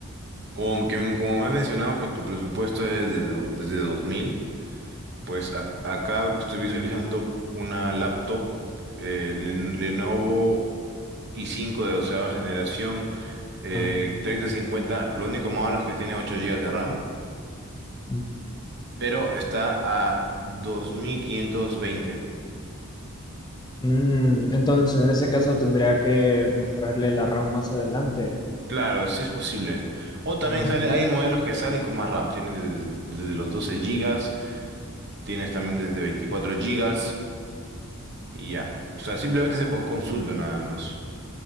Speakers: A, on the right (about 50°); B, on the left (about 20°).
A: como, que, como me has mencionado que tu presupuesto es de do- desde 2000, pues ac- acá estoy visualizando una laptop eh, Len- Lenovo i5 de doceava generación, eh,
B: ah,
A: 3050, lo único malo es que tiene 8 gigas de RAM,
B: mm.
A: pero está a 2520.
B: Mm, entonces, en ese caso tendría que mejorarle la RAM más adelante.
A: Claro, sí es posible. O también
B: Ah,
A: sale, hay modelos que salen con más RAM, tienes desde, desde los 12 gigas, tienes también desde 24 gigas. Y ya. O sea, simplemente se co- consulta nada más.